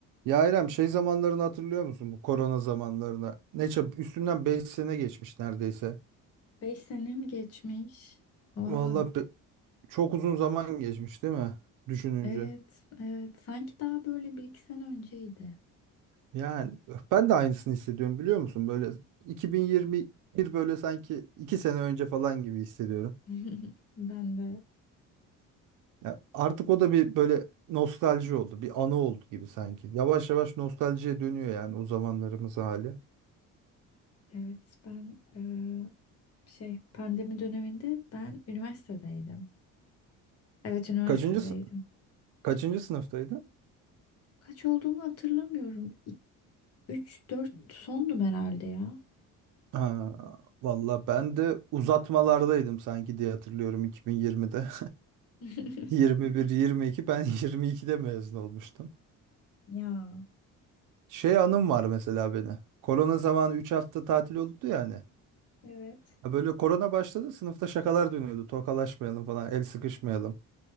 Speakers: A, on the right; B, on the left.
A: Ya İrem şey zamanlarını hatırlıyor musun bu korona zamanlarını? Ne çab üstünden 5 sene geçmiş neredeyse.
B: Beş sene mi geçmiş? Oha.
A: Vallahi be- çok uzun zaman geçmiş değil mi? Düşününce.
B: Evet, evet. Sanki daha böyle bir iki sene önceydi.
A: Yani ben de aynısını hissediyorum biliyor musun? Böyle 2021 böyle sanki 2 sene önce falan gibi hissediyorum.
B: <laughs> Ben de,
A: Ya artık o da bir böyle nostalji oldu. Bir anı oldu gibi sanki. Yavaş yavaş nostaljiye dönüyor yani o zamanlarımız hali.
B: evet. Ben eee, şey pandemi döneminde ben üniversitedeydim. Evet, üniversitedeydim.
A: Kaçıncı, sı- kaçıncı sınıftaydın?
B: Kaç olduğumu hatırlamıyorum. 3 4 sondum herhalde ya.
A: Ha, valla ben de uzatmalardaydım sanki diye hatırlıyorum 2020'de.
B: <laughs>
A: 21-22 <laughs> ben 22'de mezun olmuştum.
B: Ya,
A: Şey anım var mesela beni. Korona zamanı 3 hafta tatil oldu ya hani.
B: evet.
A: Ha böyle korona başladı sınıfta şakalar dönüyordu. Tokalaşmayalım falan el sıkışmayalım.